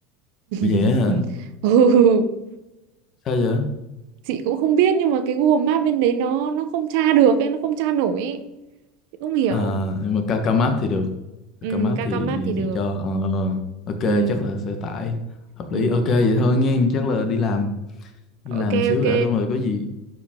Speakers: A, on the left (about 30°); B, on the right (about 60°).
A: Ủa vậy
B: <laughs>
A: á hả
B: Ừ,
A: sao vậy
B: chị cũng không biết nhưng mà cái Google Map bên đấy nó nó không tra được ấy, nó không tra nổi ấy. Chị không hiểu.
A: à nhưng mà Kakao Map thì được
B: Ừ,
A: Kakao Map
B: Kakao
A: thì
B: Map thì được.
A: thì cho ờ, ok
B: Ừ,
A: chắc là sẽ tải hợp
B: ừ.
A: lý ok vậy thôi nghe chắc là đi làm đi
B: Ok
A: làm xíu
B: ok.
A: đã xong rồi có gì